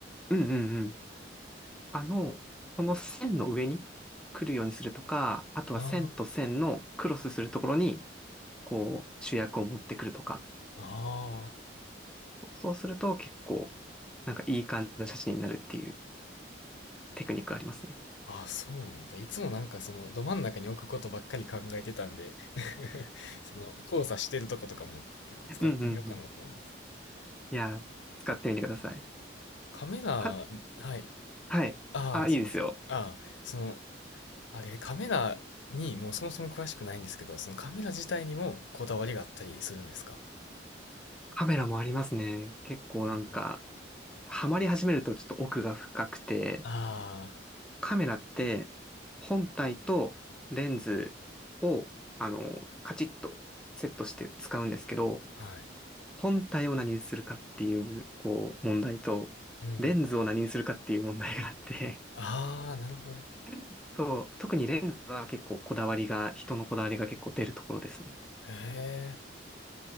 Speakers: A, in the centre; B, on the left.
A: うんうんうん。あの、その線の上に来るようにするとか、あとは線と線のクロスするところに、
B: あ
A: こう、主役を持ってくるとか、
B: あ、ああ。
A: そうすると結構、なんかいい感じの写真になるっていうテクニックありますね。
B: あそうなんだ。いつもなんかそのど真ん中に置くことばっかり考えてたんで <laughs> その交差してるとことかも結構使ってみようかなと思います。
A: うんうんうん。いやー、使ってみてください。
B: カメラ、
A: は、
B: はい。
A: はい。
B: ああ、
A: あ、
B: すみません。
A: いいですよ。
B: ああ、その、あれ、カメラにもうそもそも詳しくないんですけど、そのカメラ自体にもこだわりがあったりするんですか
A: カメラもありますね。結構なんか、
B: うん
A: ハマり始めるとちょっと奥が深くて、
B: ああ
A: カメラって本体とレンズを、あの、カチッとセットして使うんですけど、
B: はい。
A: 本体を何にするかっていう、こう、問題と、
B: うん。
A: レンズを何にするかっていう問題があって、
B: ああ、なるほど。
A: <laughs> そう、特にレンズは結構こだわりが、人のこだわりが結構出るところですね。
B: へ